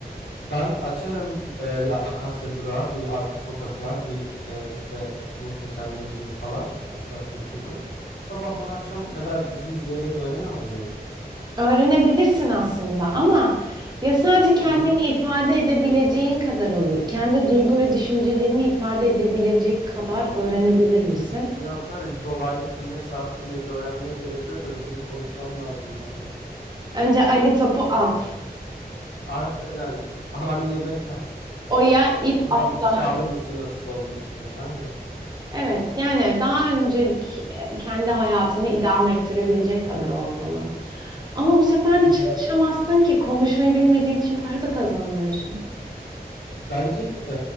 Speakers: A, on the left (about 80°); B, on the right (about 25°).
A: Ben açarım e, bir Akasya Durağı, bir Arka Sokaklar, bir e, işte Muhteşem Yüzyıl falan, Yaprak Dökümü. Sabahtan akşama kadar dizi izleyerek öğrenemez miyim?
B: Öğrenebilirsin aslında ama ya sadece kendini
A: Hı hı.
B: ifade edebileceğin kadar olur. Kendi duygu ve düşüncelerini ifade edebilecek kadar öğrenebilir misin?
A: Yani tabii dolaylı tümleç, zarf tümleci öğrenmeye gerek yok. Önce bir konuşmam lazım normal.
B: Önce Ali topu at.
A: Aynen. Aha, Anne yemek yap.
B: Oya ip
A: Şuradan
B: atla.
A: bir kişi alır mısınız dolmuşçuya? Aynen.
B: Evet, yani daha öncelik e, kendi hayatını idame ettirebilecek kadar olmalı. Ama bu sefer de
A: Hı hı.
B: çalışamazsın ki konuşmayı bilmediğin için para da kazanamıyorsun.
A: Bence e,